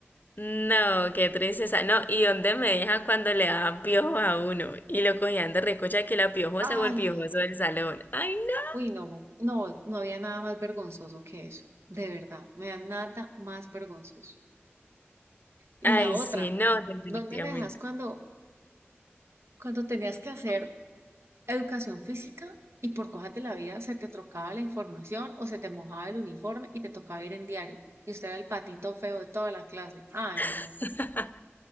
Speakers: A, on the left; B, on the right.
A: No, qué tristeza. No, ¿y dónde me dejan cuando le daban piojos a uno? Y lo cogían de recocha que la piojosa
B: Ay,
A: o el piojoso del salón. ¡Ay, no!
B: uy, no, ma- no, no había nada más vergonzoso que eso, de verdad, no había nada más vergonzoso. Y
A: Ay,
B: la otra,
A: sí, no, definitivamente.
B: ¿dónde me dejas cuando, cuando tenías que hacer educación física y por cosas de la vida se te trocaba la información o se te mojaba el uniforme y te tocaba ir en diario? Y usted era el patito feo de toda la clase. Ay,
A: <laughs>
B: no,